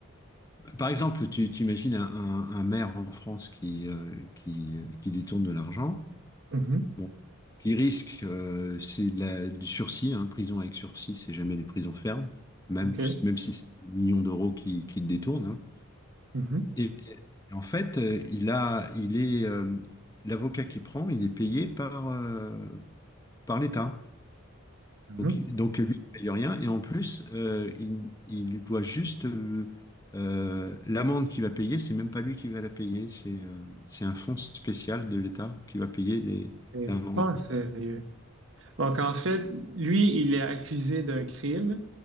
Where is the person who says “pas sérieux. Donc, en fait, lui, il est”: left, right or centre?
Right